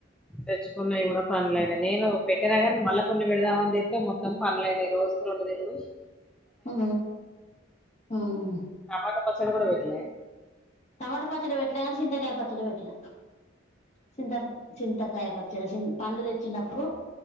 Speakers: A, in the centre; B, on the left.
A: తెచ్చుకున్నావి కూడా పండ్లయినాయి నేను పెట్టినా కానీ మళ్ళా కొన్ని పెడుదామని తేత్తె మొత్తం పండ్లయినాయి రోజు రెండు తినుడు
B: మ్ మ్
A: టమాటో పచ్చడి కూడా పెట్టలే
B: టమాట పచ్చడ పెట్లే కాని చింతకాయ పచ్చడ పెట్టిన చింత చింతకాయ పచ్చడ పండ్లు తెచ్చినప్పుడు